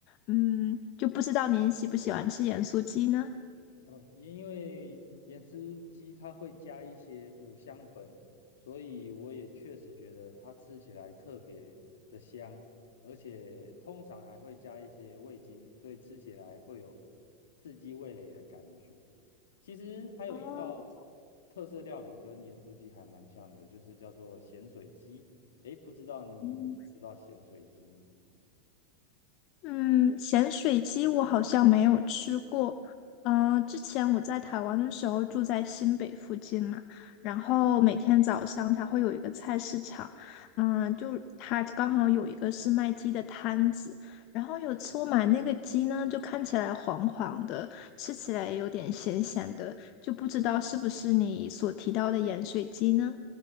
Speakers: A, on the left; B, on the left.
A: 嗯，就不知道您喜不喜欢吃盐酥鸡呢？
B: 哦，因为盐酥鸡它会加一些五香粉，所以我也确实觉得它吃起来特别的香，而且通常还会加一些味精，所以吃起来会有刺激味蕾的感觉。其实还有一道
A: 哦，
B: 特色料理跟盐酥鸡还蛮像的，就是叫做咸水鸡。诶，不知道你知不知道咸水鸡？
A: 嗯。嗯，咸水鸡我好像没有吃过。呃，之前我在台湾的时候住在新北附近嘛，然后每天早上它会有一个菜市场，嗯、就它刚好有一个是卖鸡的摊子，然后有次我买那个鸡呢，就看起来黄黄的，吃起来也有点咸咸的，就不知道是不是你所提到的盐水鸡呢？